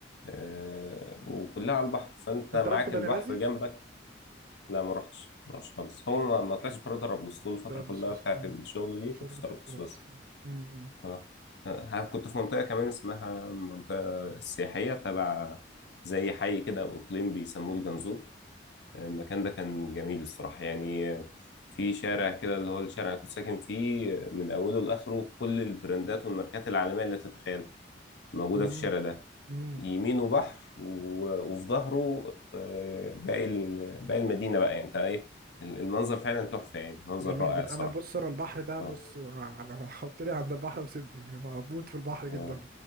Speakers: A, on the left (about 60°); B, on the right (about 50°).
A: آه، وكلها على البحر فأنت
B: انت
A: معاك
B: رحت بني
A: البحر
B: غازي؟
A: جنبك لا ما رحتش ما رحتش خالص هو ما ما طلعش بره طرابلس طول الفترة
B: طرابلس
A: كلها
B: بس
A: بتاعت
B: مم.
A: الشغل دي
B: شرطة
A: كنت في طرابلس
B: في طرابلس
A: بس
B: مم. مم.
A: اه آه، كنت في منطقة كمان اسمها منطقة السياحية تبع زي حي كده أو إقليم بيسموه الجنزور المكان ده كان جميل الصراحة يعني في شارع كده اللي هو الشارع اللي كنت ساكن فيه من أوله لآخره كل البراندات والماركات العالمية اللي تتخيل موجودة
B: مم.
A: في الشارع ده
B: مم.
A: يمينه بحر و- وفي ظهره آه، باقي ال- باقي المدينة بقى يعني انت ايه المنظر فعلا تحفة يعني منظر
B: جميل
A: رائع
B: جدا
A: الصراحة
B: انا بص انا البحر ده
A: اه
B: بص انا حط لي عند البحر وسيبني أنا بموت في البحر جدا
A: اه